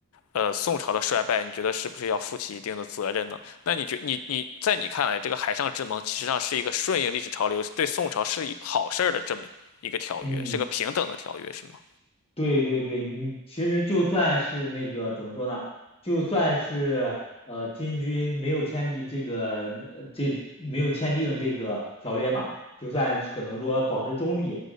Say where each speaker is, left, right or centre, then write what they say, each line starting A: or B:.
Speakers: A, on the left; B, on the left.
A: 呃宋朝的衰败，你觉得是不是要负起一定的责任呢？那你觉你你在你看来，这个海上之盟其实上是一个顺应历史潮流，对宋朝是一好事儿的这么一个条约，
B: 嗯。
A: 是个平等的条约，是吗？
B: 对对对，你其实就算是那个怎么说呢，就算是呃金军没有签订这个呃这没有签订这个条约嘛，就算是可能说保持中立，